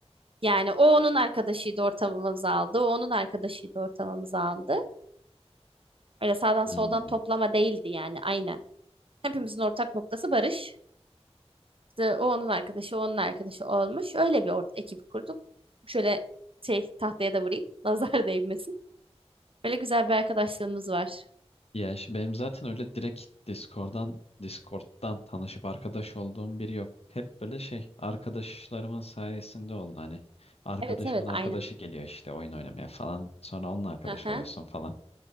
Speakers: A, on the right (about 55°); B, on the left (about 65°).
A: Yani o onun arkadaşıydı ortamımızı aldı. O onun arkadaşıydı ortamımızı aldı. Öyle sağdan
B: Hmm.
A: soldan toplama değildi yani aynen. Hepimizin ortak noktası Barış. İşte o onun arkadaşı, o onun arkadaşı olmuş. Öyle bir ort ekip kurduk. Şöyle şey tahtaya da vurayım. <laughs> Nazar değmesin. Böyle güzel bir arkadaşlığımız var.
B: Ya işte benim zaten öyle direkt Discord'dan Discord'dan tanışıp arkadaş olduğum biri yok. Hep böyle şey arkadaşlarımın sayesinde oldu hani. Arkadaşımın
A: Evet evet
B: arkadaşı
A: aynen.
B: geliyor işte oyun oynamaya falan. Sonra onunla arkadaş
A: Aha,
B: oluyorsun falan.